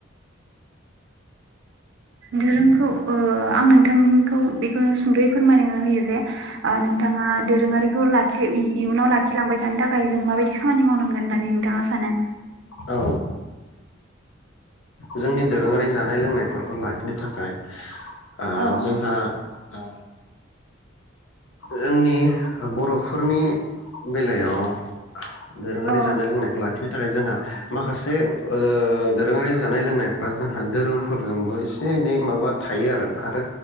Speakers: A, on the right; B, on the left.
A: दोरोंखौ ओ आं नोंथांखौ बेखौ सुंदयै फोरमायना होयो जे नोंथाङा दोरोङारिखौ लाखि इयुनाव लाखिलांबाय थानो थाखाय जों माबायदि खामानि मावनांगोन होननानै नोंथाङा सानो
B: औ जोंनि दोरोङारि जानाय लोंनायफोरखौ लाखिनो थाखाय <unintelligible> ओ
A: औ
B: जोंहा ओ जोंनि बरफोरनि बेलायाव दोरोङारि
A: औ
B: जानाय लोंनायखौ लाखि। बेनि थाखाय जोंहा माखासे ओ दोरोङारि जानाय लोंनायफ्रा जोंहा धोरोमफोरजोंबो एसे एनै माबा थायो आरोना आरो